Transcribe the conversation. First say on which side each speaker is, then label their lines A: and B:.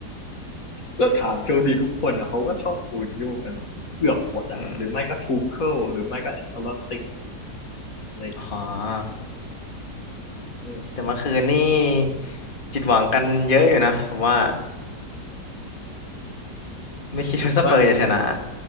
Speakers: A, on the left (about 50°); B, on the left (about 30°).
A: ก็ถามเชลซีทุกคนนะเขาก็ชอบมูรินโญ่กันเกือบหมดอะหรือไม่ก็ทูเคิลหรือไม่ก็แอนเชลอตติ
B: อืม
A: อะไรอย่างเงี้ย
B: อ๋อ
A: อืม
B: แต่เมื่อคืนนี่ผิดหวังกันเยอะอยู่นะผมว่าไม่คิดว่าสเปอร์จะชนะ
A: ว่า